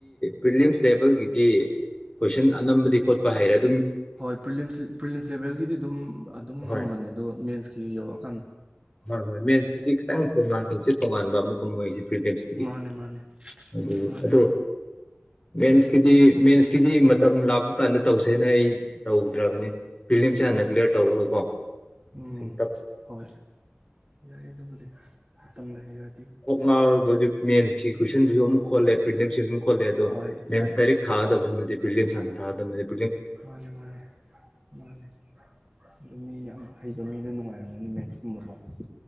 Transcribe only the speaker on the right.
ꯍꯣꯏ ꯄ꯭ꯔꯤꯝ ꯄ꯭ꯔꯤꯂꯤꯝꯁ ꯂꯦꯚꯦꯜꯒꯤꯗꯤ ꯑꯗꯨꯝ ꯑꯗꯨꯝ ꯉꯝꯕꯅꯦ
ꯑꯗꯨꯒ ꯃꯦꯟꯁꯀꯤ ꯌꯧꯔꯛ
ꯃꯥꯅꯦ ꯃꯥꯅꯦ
ꯃꯥꯅꯦ
ꯍꯣꯏ
ꯎꯝ
ꯍꯣꯏ ꯌꯥꯏ ꯑꯗꯨꯕꯨꯗꯤ ꯃꯇꯝ ꯂꯩꯔ
ꯍꯣꯏ
ꯃꯥꯅꯦ ꯃꯥꯅꯦ ꯃꯥꯅꯦ ꯑꯗꯨ ꯃꯤ ꯌꯥꯝ ꯍꯩꯕ ꯃꯤꯗꯣ ꯅꯨꯡꯉꯥꯏꯔꯝꯒꯅꯤ ꯃꯦꯠ ꯏꯀ <inaudible>